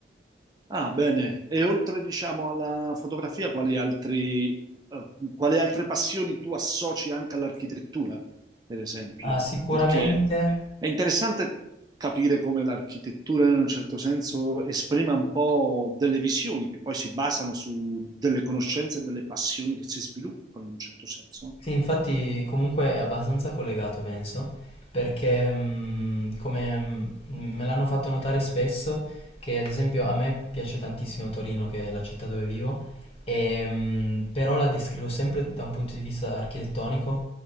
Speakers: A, on the right; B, on the left.
A: Ah, bene. E oltre, diciamo, alla fotografia, quali altri, eh, quali altre passioni tu associ anche all'architettura, per esempio?
B: Ah, sicuramente
A: eh? Perché è interessante capire come l'architettura, in un certo senso, esprima un po' delle visioni che poi si basano su delle conoscenze e delle passioni che si sviluppano, in un certo senso.
B: Sì, infatti comunque è abbastanza collegato, penso, perché mh, come mh, me l'hanno fatto notare spesso, che ad esempio a me piace tantissimo Torino, che è la città dove vivo, e, mh, però la descrivo sempre da un punto di vista architettonico,